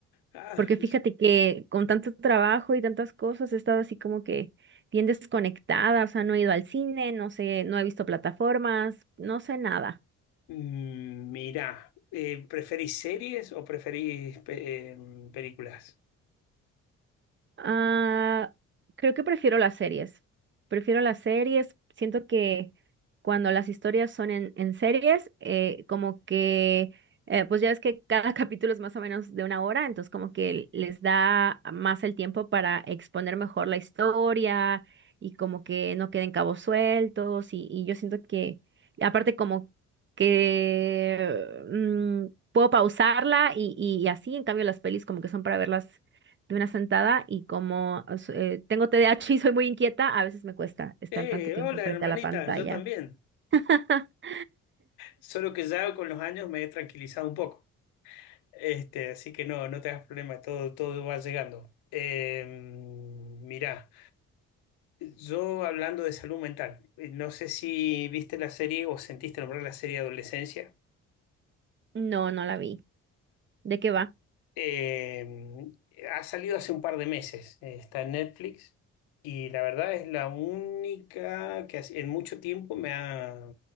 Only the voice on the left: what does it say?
ah,
mm, mirá, eh, ¿preferís series o preferís pe- em, películas?
Eh,
hola
hermanita,
yo también.
Solo que ya con los años me he tranquilizado un poco. Este, así que no, no te hagas problema, todo, todo va llegando. Em, mirá, yo hablando de salud mental, eh, no sé si viste la serie o sentiste nombrar la serie Adolescencia.
Eh, ha salido hace un par de meses, eh, está en Netflix y la verdad es la única que hace- en mucho tiempo me ha,